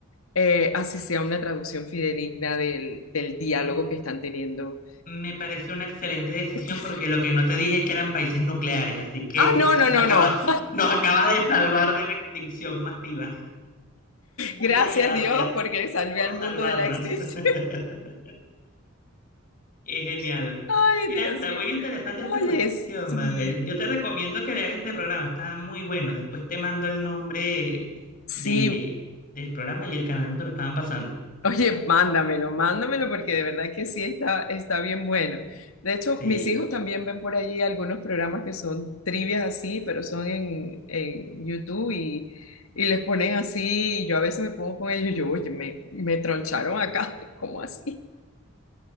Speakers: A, on the left; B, on the left.
A: eh, así sea una traducción fidedigna del, del diálogo
B: Mm,
A: que están teniendo.
B: Me parece una excelente decisión
A: <laughs>
B: porque lo que no te dije es que eran países nucleares, así que
A: Ah, no,
B: <laughs>
A: no,
B: nos
A: no,
B: acabas,
A: no.
B: nos acabas de salvar de la extinción masiva. Muchas
A: Gracias
B: gracias
A: Dios porque salvé
B: por
A: al
B: salvarnos.
A: mundo de la extinción.
B: <laughs> Es genial.
A: <laughs> Ay,
B: Mira,
A: Dios
B: está
A: mío.
B: muy interesante esta
A: Oye,
B: cuestión,
A: sí,
B: ¿vale? Yo te recomiendo que veas este programa, está muy bueno. Después te mando el nombre
A: sí.
B: de, del programa y el canal donde lo estaban pasando.
A: Oye, mándamelo, mándamelo porque de verdad que sí está, está bien bueno. De hecho,
B: Sí,
A: mis hijos también ven por allí algunos programas que son trivias así, pero son en, en YouTube y, y les ponen así y yo a veces me pongo con ellos y yo, oye, me, me troncharon acá, <laughs> ¿cómo así?